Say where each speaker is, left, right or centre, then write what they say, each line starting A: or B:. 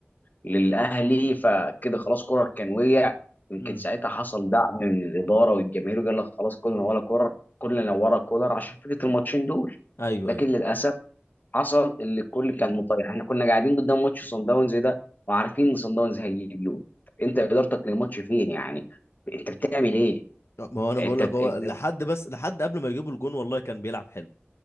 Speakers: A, on the left; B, on the left.
A: للاهلي فكده خلاص كولر كان وقع يمكن
B: أمم.
A: ساعتها حصل دعم من الاداره والجماهير وقال لك خلاص كلنا ورا كولر كلنا ورا كولر عشان فكره الماتشين دول
B: أيوه
A: لكن
B: أيوه
A: للاسف حصل اللي الكل كان مطيع احنا كنا قاعدين قدام ماتش صن داونز ده وعارفين ان صن داونز هيجيب جول طب انت ادارتك للماتش فين يعني انت بتعمل ايه
B: ما هو أنا
A: انت,
B: بقول لك
A: انت...
B: هو لحد بس لحد قبل ما يجيبوا الجون والله كان بيلعب حلو